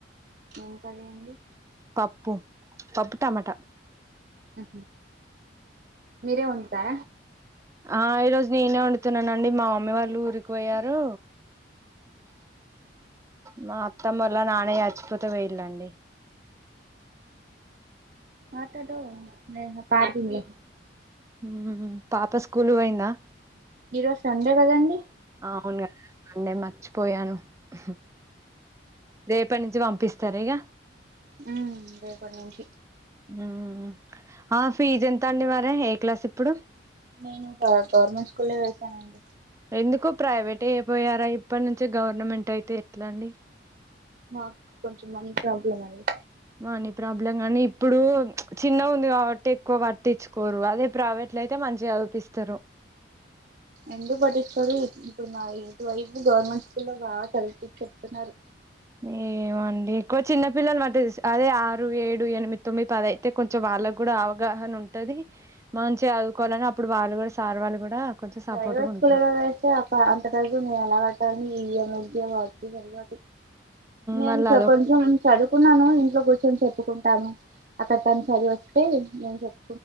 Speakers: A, on the right; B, on the right.
A: ఏం కర్రీ అండి
B: పప్పు పప్పు టమాటా
A: హామ్ మీరే వండుతారా
B: ఆ ఈ రోజు నేనే వండుతున్నానండి మా మమ్మీ వాళ్ళు ఊరికి పోయారు మా అత్తమ్మళ్ల నానయ్య అచిపోతే పోయిలండీ
A: మట్టాడు నేనా పార్కింగ్ లో
B: ఉమ్ పాప స్కూలు పోయిందా
A: ఈ రోసు సండేకదండి
B: అవును కదా మండే మర్చిపోయాను హు రేపటి నుంచి పంపిస్తారు ఇగ
A: ఉమ్ రేపటి నుంచి
B: ఉమ్ ఆ ఫీజ్ ఎంత అండి మరే ఏ క్లాస్ ఇప్పుడు
A: నేను ఒక గవర్నమెంట్ స్కూల్లొ వెసానండి
B: ఎందుకు ప్రైవేటె ఎయపోయారా ఇప్పటి నుంచి గవర్నమెంట్ అయితే ఎట్లా అండి
A: మాక్ కొంచెం మనీ ప్రాబ్లం అండి
B: మనీ ప్రాబ్లమ్ కాగానీ ఇప్పుడు చిన్న ఉంది కాబట్టి ఎక్కువ పట్టించుకోరు అదే ప్రైవేట్ ఆట్లయితే మంచిగా చుదువుపిస్తారు
A: ఎందుకు పట్టించకోరు ఇప్పుడు మా ఇటు వైపు గవర్నమెంట్ స్కూల్ లో బాగా చదివిపి చేప్తున్నారు
B: ఏమో అండి ఎక్కువ చిన్న పిల్లలు మాటు అదే ఆరు, ఏడు, ఎనిమిది, తొమ్మిది, పది తే కొంచెం వాళ్ళకు కూడా అవగాహన ఉంటది మంచిగా చదువుకోవాలని అప్పుడు వాళ్ళు కూడా సార్ వాళ్ళు కూడా కొంచెం సపోర్ట్గా
A: ప్రైవేట్
B: ఉంటారు
A: స్కూల్‌ లొ వేస్తే ఆఫ్ అంత చదువు మేము ఎలా కట్టాలీ <unintelligible> నేను
B: మళ్ళీ అదొ
A: కొంచెం చదువుకున్నాను ఇంట్లో కూర్చొని చెప్పుకుంటాను అక్కడ తన్‌ చదివివస్తే నేను చెప్